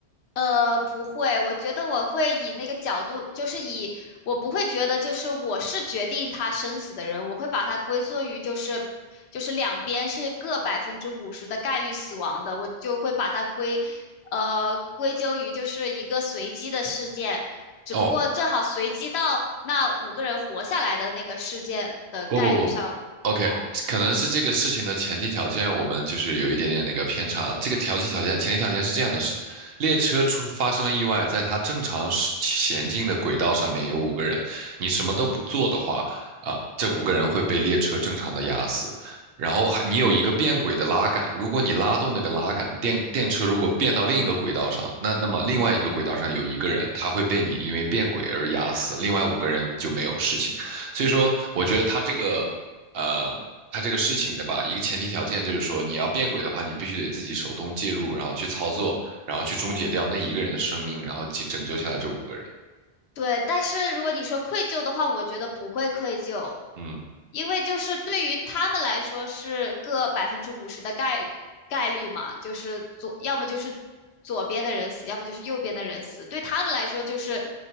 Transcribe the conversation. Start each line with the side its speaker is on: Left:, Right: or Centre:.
Left: 呃，不会，我觉得我会以那个角度，就是以我不会觉得就是我是决定他生死的人，我会把它归作于就是就是两边是各百分之五十的概率死亡的，我就会把它归呃归咎于就是一个随机的事件，只不过正好随机到那五个人活下来的那个事件的概率上，
Right: 哦，不不不，OK，
Left: 嗯。
Right: 可能是这个事情的前提条件，我们就是有一点点那个偏差。这个条件条件前提条件是这样的：是列车出发生了意外，在它正常是前进的轨道上面有五个人，你什么都不做的话，啊，这五个人会被列车正常的压死。然后还你有一个变轨的拉杆，如果你拉动那个拉杆，电电车如果变到另一个轨道上，那那么另外一个轨道上有一个人，他会被你因为变轨而压死，另外五个人就没有事情。所以说，我觉得他这个，呃，他这个事情的吧，一个前提条件就是说，你要变轨的话，你必须得自己手动介入，然后去操作，然后去终结掉那一个人的生命，然后解拯救下来这五个人。
Left: 对，但是如果你说愧疚的话，我觉得不会愧疚，
Right: 嗯
Left: 因为就是对于他们来说是个百分之五十的概概率嘛，就是左，要么就是左边的人死，要么就是右边的人死，对他们来说就是